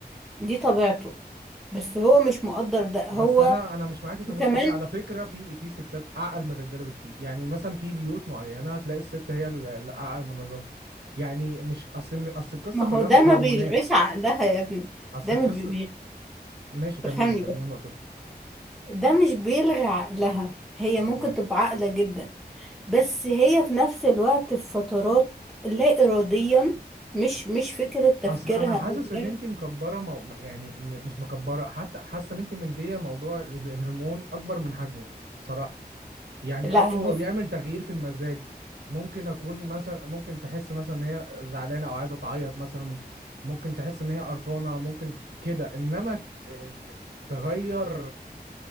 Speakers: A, in the centre; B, on the right (about 85°).
A: دي طبيعته بس هو مش مقدر ده هو
B: بس انا انا مش معاكي في
A: وكمان
B: النقطه دي على فكره في في ستات اعقل من الرجاله بكتير يعني مثلا في بيوت معينه هتلاقي الست هي ال- اللي اعقل من الراجل يعني مش اصل اصل القصه
A: ما
B: كلها
A: هو ده
B: مش
A: ما
B: هرمونات
A: بيلغيش عقلها يا ابني
B: اصل
A: ده
B: القصه
A: ما بي... بي-
B: ماشي كملي
A: بيفهمني
B: كملي
A: بس
B: نقطتك
A: ده مش بيلغي عقلها هي
B: اوكي
A: ممكن تبقى عاقلة جدا بس هي في نفس الوقت في فترات لا إراديا مش مش فكرة تفكيرها
B: اصل انا حاسس
A: أو
B: ان
A: كده
B: انت مكبره مو... يعني م- مش مكبره حتى حاسه ان انت مديه موضوع الهرمون اكبر من حجمه الصراحه يعني
A: لا
B: اه هو
A: بص
B: بيعمل تغيير في المزاج ممكن اكون مثلا ممكن تحس مثلا ان هي زعلانه او عايزه تعيط مثلا ممكن تحس ان هي قرفانه ممكن كده انما ت- ت- تغير